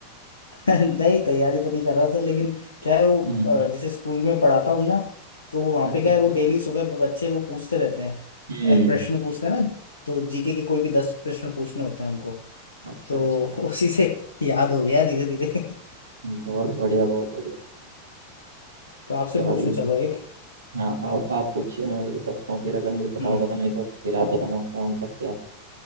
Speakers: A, on the left; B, on the right.
A: <laughs> नहीं तैयारी तो नहीं कर रहा था लेकिन क्या है वो
B: हम्म
A: अ, जैसे स्कूल में पढ़ाता हूँ ना तो वहाँ
B: अच्छा
A: पे क्या
B: अच्छा
A: है वो डेली सुबह ब- बच्चे वो पूछते रहते हैं
B: हम्म
A: अ, प्रश्न पूछते हैं ना तो जीके के कोई भी दस प्रश्न पूछने होते हैं
B: अच्छा
A: तो
B: अच्छा
A: <laughs> उसी से याद हो गया धीरे धीरे
B: बहुत बढ़िया बहुत बढ़िया
A: तो आपसे
B: चलिए
A: पूछूं चलो एक
B: हाँ आप आप पूछिए मैं बताता हूँ फिर अगर मुझे पता
A: हम्म
B: होगा तो नहीं तो फिर आप बताना उसका आंसर क्या है